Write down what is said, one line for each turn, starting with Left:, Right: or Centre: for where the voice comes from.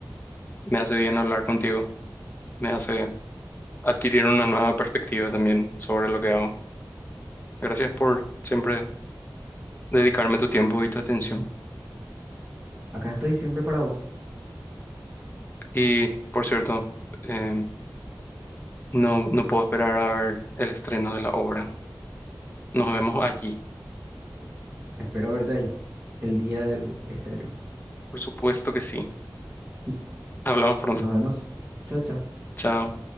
Left: me hace bien hablar contigo, me hace adquirir una nueva perspectiva también sobre lo que hago. Gracias por siempre dedicarme tu tiempo y tu atención.
Right: Acá estoy siempre para vos.
Left: Y por cierto, eh, no, no puedo esperar a ver el estreno de la obra. Nos vemos allí.
Right: Espero verte ahí el día del estreno.
Left: Por supuesto que sí.
Right: <laughs>
Left: Hablamos pronto.
Right: Nos vemos. Chao, chao.
Left: Chao.